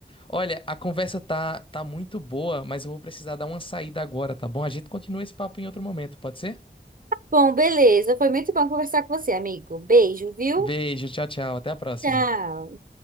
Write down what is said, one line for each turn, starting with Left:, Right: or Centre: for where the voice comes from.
Left: Olha, a conversa tá tá muito boa, mas eu vou precisar dar uma saída agora, tá bom? A gente continua esse papo em outro momento, pode ser?
Right: Bom, beleza. Foi muito bom conversar com você, amigo. Beijo, viu?
Left: Beijo, tchau, tchau, até a próxima.
Right: Tchau.